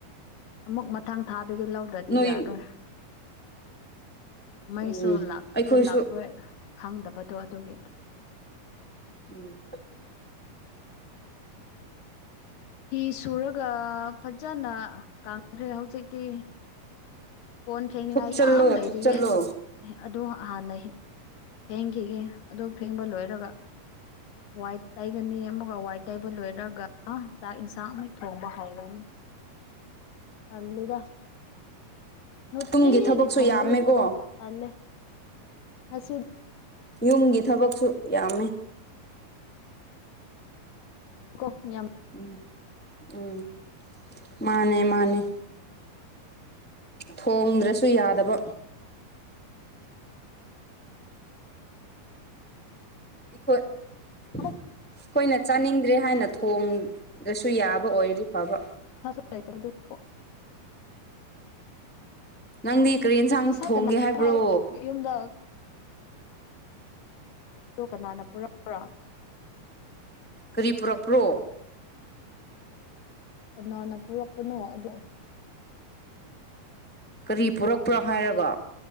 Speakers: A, on the left; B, in the centre.
A: ꯑꯃꯨꯛ ꯃꯊꯡ ꯊꯥꯗꯗꯤ ꯂꯧꯗ꯭ꯔꯗꯤ
B: ꯅꯣꯏ
A: ꯌꯥꯔꯣꯏ ꯃꯩꯁꯨ
B: ꯎꯝ
A: ꯂꯥꯛꯅꯤ
B: ꯑꯩꯈꯣꯏꯁꯨ
A: ꯂꯥꯛꯂꯣꯏ ꯈꯪꯗꯕꯗꯣ ꯑꯗꯨꯒꯤ
B: ꯎꯝ
A: ꯐꯤ ꯁꯨꯔꯒ ꯐꯖꯅ ꯀꯪꯈ꯭ꯔꯦ ꯍꯧꯖꯤꯛꯇꯤ ꯀꯣꯟ ꯐꯦꯡꯅꯤꯡꯉꯥꯏ
B: ꯊꯨꯞꯆꯜꯂꯣ
A: ꯌꯥꯝ ꯂꯩꯔꯤꯌꯦ
B: ꯊꯨꯞꯆꯜꯂꯣ
A: ꯑꯗꯨ ꯑꯗꯣ ꯍꯥꯟꯅ ꯐꯦꯡꯈꯤꯒꯦ ꯑꯗꯣ ꯐꯦꯡꯕ ꯂꯣꯏꯔꯒ ꯋꯥꯏꯠ ꯇꯥꯏꯒꯅꯤ ꯑꯃꯒ ꯋꯥꯏꯠ ꯇꯥꯏꯕ ꯂꯣꯏꯔꯒ ꯆꯥꯛ ꯌꯦꯟꯁꯥꯡ ꯑꯃꯨꯛ ꯊꯣꯡꯕ ꯍꯧꯔꯅꯤ ꯇꯜꯂꯤꯗ ꯅꯨꯡꯇꯤꯒꯤ
B: ꯌꯨꯝꯒꯤ ꯊꯕꯛꯁꯨ
A: ꯊꯣꯡꯕꯒꯤꯀꯣ
B: ꯌꯥꯝꯃꯦꯀꯣ
A: ꯇꯜꯂꯦ ꯉꯁꯤ
B: ꯌꯨꯝꯒꯤ ꯊꯕꯛꯁꯨ ꯌꯥꯝꯃꯦ
A: ꯀꯣ ꯌꯥꯝ
B: ꯎꯝ ꯎꯝ ꯃꯥꯅꯦ ꯃꯥꯅꯦ ꯊꯣꯡꯗ꯭ꯔꯁꯨ ꯌꯥꯗꯕ ꯑꯩꯈꯣꯏ-
A: ꯑꯃꯨꯛ
B: ꯑꯩꯈꯣꯏꯅ ꯆꯥꯅꯤꯡꯗ꯭ꯔꯦ ꯍꯥꯏꯅ ꯊꯣꯡ ꯗꯁꯨ ꯌꯥꯕ ꯑꯣꯏꯔꯗꯤ ꯐꯕ
A: ꯇꯇꯣ <unintelligible>
B: ꯅꯪꯗꯤ ꯀꯔꯤ ꯌꯦꯟꯁꯥꯡ
A: ꯉꯁꯥꯏ
B: ꯊꯣꯡꯒꯦ
A: ꯀꯅꯥꯅꯣ
B: ꯍꯥꯏꯕ꯭ꯔꯣ
A: ꯑꯩꯈꯣꯏ ꯌꯨꯝꯗ <inaudible> ꯀꯅꯥꯅ ꯄꯨꯔꯛꯄ꯭ꯔꯥ
B: ꯀꯔꯤ ꯄꯨꯔꯛꯄ꯭ꯔꯣ
A: ꯀꯅꯥꯅ ꯄꯨꯔꯛꯄꯅꯣ ꯑꯗꯣ
B: ꯀꯔꯤ ꯄꯨꯔꯛꯄ꯭ꯔꯣ ꯍꯥꯏꯔꯒ